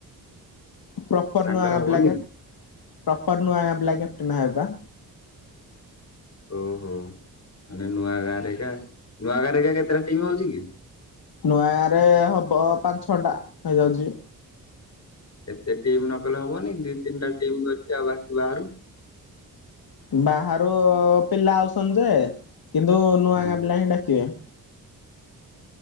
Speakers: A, on the left (about 70°); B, on the left (about 45°).
A: ପ୍ରପର
B: ତାଙ୍କର
A: ନୂଆ
B: ହବନି
A: ପିଲା ଗା ପ୍ରପର ନୂଆ ପିଲା କ୍ୟାପ୍ଟଟେନ ହେବେପା।
B: ଓ ହୋ ମାନେ ନୂଆ ଗାଁରେ କା ନୂଆ ଗାଁରେ ଏକା କେତେଟା ଟିମ୍ ହଉଛି କି?
A: ନୂଆ ଗାଁ ରେ ହବ ପାଞ୍ଚ ଛଅ ଟା ହେଇଯାଉଛି।
B: ଏତେ ଟିମ୍ ନ କଲେ ହବନି ଦି ତିନିଟା ଟିମ୍ କରିକି ଆଉ ବାକି ବାହାରୁ
A: ବାହାରୁ ପିଲା ଆଉସନ୍ ଯେ କିନ୍ତୁ ନୂଆ
B: ହୁଁ
A: ଗାଁ ପିଲା ହିଁ ଡାକିବେ।